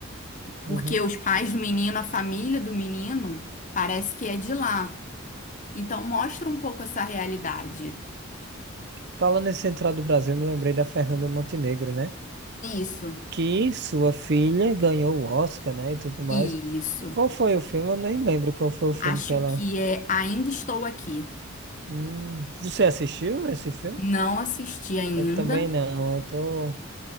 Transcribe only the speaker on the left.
Porque
os pais do menino, a família do menino, parece que é de lá. Então mostra um pouco essa realidade.
Isso,
isso.
Acho
que é Ainda Estou Aqui.
Não assisti ainda.